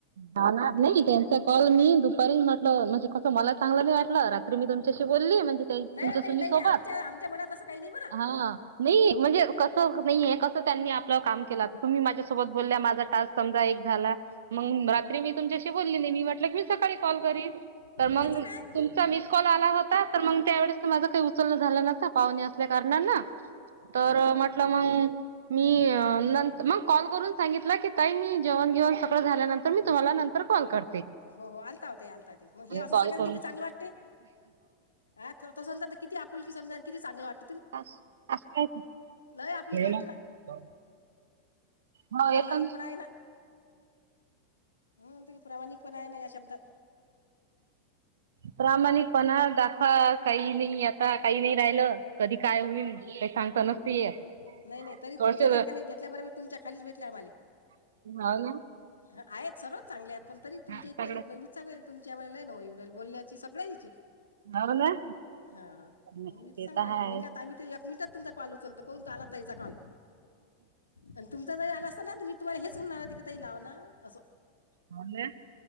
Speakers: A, on the right (about 60°); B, on the left (about 75°).
A: जाणार नाही त्यांचा कॉल मी दुपारी म्हटलं म्हणजे तं मला चांगलं नाही वाटलं रात मी तुमच्याशी बोलली म्हज तुमच्या
B: नाही हो ताई
A: सुनी
B: नाही
A: सोबत
B: नाही आमच्या आमच्या मनात असं काही नाही बरं
A: हा नाही म्हणजे कसं नाहीय कसं त्यांनी आपलं काम केलं तुम्ही माझ्यासोबत बोलल्या माझा टास्क समजा एक झाला मग रात्री मी तुमच्याशी बोलली नाही मी वाटलं की मी सकाळी कॉल करीन तर
B: हं,
A: मग
B: त्याचं काय
A: तुमचा मिस आला होता तर मग त्या वळेस माझ काही उचलण झालं नसता पाहणी असल्या कारणाना तर म्हटलं मंग मी नंत मग कॉल करून सांगितलं की ताई मी जेवण घेऊन झाल्यानंतर मीु्हाला नंतर कॉल करत
B: हो हो आलता होते आता ते मग हे असं
A: कॉल
B: सांगा
A: करून
B: किती चांगलं वाटते अ तस िती आपुल क समज कि चांग वाट
A: अस आस हाय
B: लय आपुलकी वाटते
A: का?
B: ना
A: हो
B: प्रामाणिकपणा
A: ये पण
B: आहे हम्म तू म्हण प्रामाणिकपणा आहे ना या शब्दात
A: प्रामाणिकपणा दाखवा काही नाही आ आता काही नाही, राहिलं कधी काय होईल ते सांगता नसत येत?
B: नाही नाही तरी
A: थोडसे
B: तुमच्यासारख्या नाही, भेटल्याबर मी तुमच्या खालीच भेटले आम्हाले
A: हो ना
B: ह आहेतच सर चांगले आहेत, पण तरी तुमच्या
A: हा सगळं
B: इतक्या अन् माणूस चांगल्या नाहीत. तुमच्या आम्हाला लय आठवन येवू राहिली बोलण्याची, सगळ्याची
A: हो ना
B: हा हा
A: ते
B: मग मीच सांगू
A: तर
B: राहिली
A: हाय
B: हिंगा आता आम्ही तर, एक मिनिटात तुमचा कॉल उचलतो कोण? ताला ताईचा कॉल, अन् तुमचा जरी आला असता ना् मी तर तुम्हाला हेच म्हणणार की ताई लाव ना असं
A: हो ना